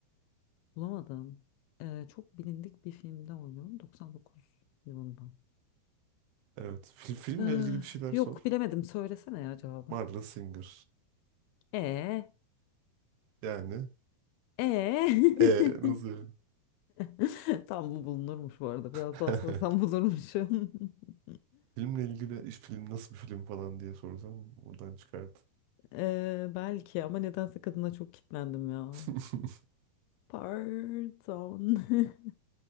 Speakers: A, on the left; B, on the right.
A: Bulamadım. Ee, çok bilindik bir filmde oynuyorum. 99 yılından.
B: Evet. Fil- filmle
A: Ee,
B: ilgili bir şeyler
A: yok
B: sor.
A: bilemedim. Söylesene ya cevabı.
B: Marla Singer.
A: E
B: Yani.
A: e <laughs>
B: Ee, nasıl yani?
A: <laughs> Tam bu bulunurmuş bu arada.
B: <laughs>
A: Biraz daha sorsam bulurmuşum. <laughs>
B: Filmle ilgili iş film nasıl bir film falan diye sorsam oradan çıkardı.
A: Ee, belki ama nedense kadına çok kitlendim ya.
B: <laughs>
A: Pardon. <laughs>